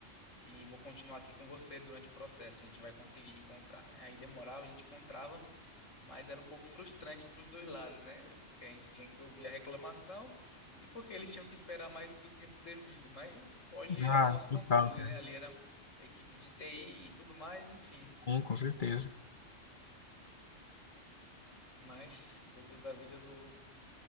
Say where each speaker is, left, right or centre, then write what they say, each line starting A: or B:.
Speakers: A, on the left (about 85°); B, on the left (about 45°).
A: e vou continuar aqui com você durante o processo, a gente vai conseguir encontrar, né? Aí demorava, a gente encontrava mas era um pouco frustrante para os dois lados, né? Porque a gente tinha que ouvir a reclamação e porque eles tinham que esperar mais do que o tempo devido, mas foge ao
B: Ah,
A: nosso
B: total,
A: controle,
B: cara.
A: né? Ali era equipe de TI e tudo mais, enfim.
B: Sim, com certeza.
A: Mas coisas da vida do,